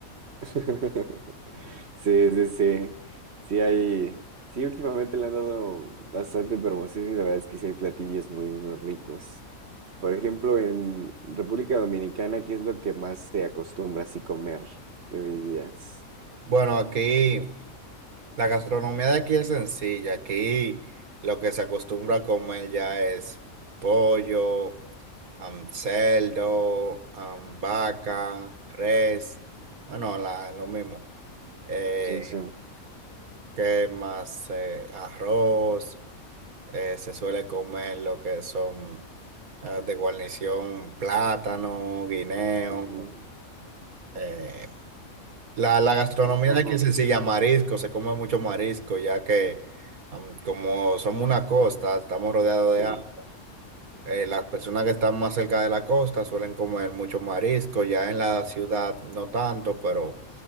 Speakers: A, on the right (about 50°); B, on the right (about 80°).
A: <laughs> Sí, sí, sí. Sí hay, sí, últimamente le han dado bastante promoción y la verdad es que sí hay platillos muy, muy ricos. Por ejemplo, en República Dominicana, ¿qué es lo que más se acostumbra así comer? ¿Qué dirías?
B: Bueno, aquí. La gastronomía de aquí es sencilla. Aquí lo que se acostumbra a comer ya es pollo, am, cerdo, am, vaca,
A: Ujú.
B: res. Bueno, la, lo mismo. Eh,
A: Sí, sí.
B: ¿qué más? Eh, arroz. eh, se suele comer lo que son eh, de guarnición, plátano, guineo.
A: Ujú.
B: Eh, la, la gastronomía
A: Ujú.
B: de aquí es sencilla, marisco, se come mucho marisco, ya que am, como somos una costa, estamos rodeados
A: Sí,
B: de agua. eh, las personas que están más cerca de la costa suelen comer mucho marisco, ya en la ciudad no tanto, pero